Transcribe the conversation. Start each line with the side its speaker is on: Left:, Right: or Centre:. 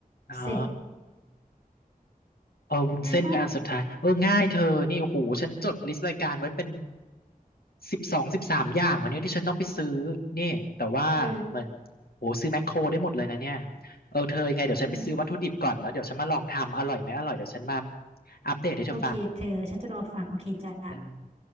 Left: อ๋อ
Right: เสร็จ
Left: เออวุ้นเส้นเป็นอันสุดท้ายเออง่ายเธอนี่โอ้โหฉันจดลิสต์รายการไว้เป็น
Right: ง่ายปะ
Left: สิบสองสิบสามอย่างอันเนี้ยที่ฉันต้องไปซื้อนี่แต่ว่าเหมือน
Right: เออ
Left: โอ้โหซื้อแมคโครได้หมดเลยนะเนี่ยเออเธอยังไงเดี๋ยวฉันไปซื้อวัตถุดิบก่อนแล้วเดี๋ยวฉันมาลองทำอร่อยไหมอร่อยเดี๋ยวฉันมา
Right: อืม
Left: อัปเดตให้เธอฟัง
Right: โอเคเธอฉันจะรอฟังโอเคจ้า
Left: ได้